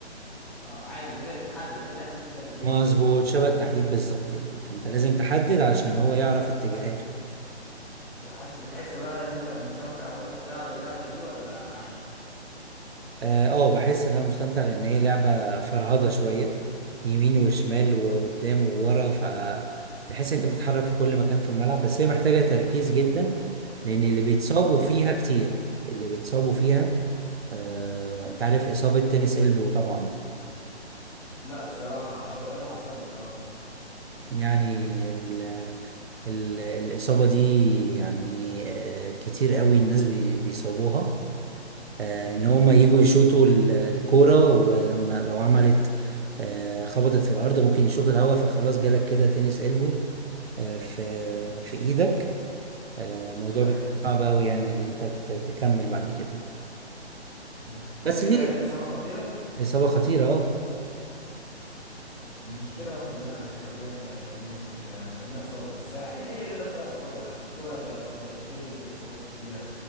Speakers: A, in the centre; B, on the right.
A: اه عادي كأنك بتحدد زي تحديد كده في البنج
B: مظبوط
A: بالظبط
B: شبه التحديد بالظبط يعني فانت لازم تحدد علشان هو يعرف اتجاهاته
A: وحاسس بتحس بقى ان انت مستمتع وانت بتلعب اللعبة دي ولا عادي
B: اه آه، بحس ان انا مستمتع لان هي لعبة فرهضة شوية يمين وشمال وقدام وورا فتحس انت بتتحرك في كل مكان في الملعب بس هي محتاجة تركيز جدا لان اللي بيتصابوا
A: اه
B: فيها كتير اللي بيتصابوا فيها آه انت عارف اصابة تنس البو طبعا
A: لا الصراحة هو ايه اللي حصل له ده
B: يعني ال ال الاصابة دي يعني آه كتير قوي الناس بي بيصابوها آه،
A: امم
B: ان هما يجوا يشوطوا ال- الكورة ولما لو عملت آه، خبطت في الارض ممكن يشوط الهوا فخلاص جالك كده تنس قلبه آه، في في ايدك آه، الموضوع
A: ايوه
B: بيكون صعب قوي يعني ان انت ت- تكمل بعد كده
A: امم خطيرة
B: بس دي
A: يعني إصابة خطيرة
B: اصابة خطيرة اه
A: طب دي مشكلة واحنا بنلعب اللعبة دي يعني الرياضة دي ممكن تعمل لنا إصابة بس عادي أي رياضة فيها إصابة يعني الكورة فيها إصابة الجيم فيه إصابات كتيرة